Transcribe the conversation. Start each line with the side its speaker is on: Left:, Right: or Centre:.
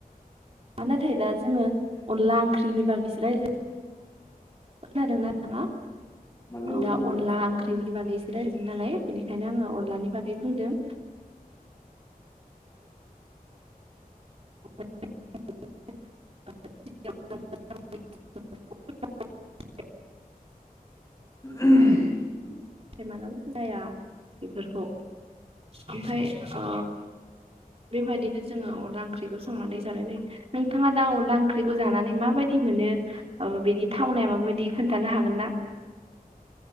Right: अनला ओंख्रिनि बागै इसो <unintelligible> खोनादों ना नोंथाङा
Left: माने
Right: औ
Left: जोङो
Right: दा अनला
Left: औ
Right: ओंख्रिनि
Left: औ ओ
Right: बागै इसो रायदों नालाय बेनिखायनो आङो अनलानि बागै बुंदों ओ <unintelligible>
Left: <inaudible>
Right: थे मालाबाबो जाया बेफोरखौ ओमफाय आ बेबायदिनो जोङो अनला ओंख्रिखौ संनानै जानायनाय नोंथाङा दा अनला ओंख्रिखौ जानानै माबायदि मोनो बेनि थावनाया माबायदि खोन्थानो हागोन ना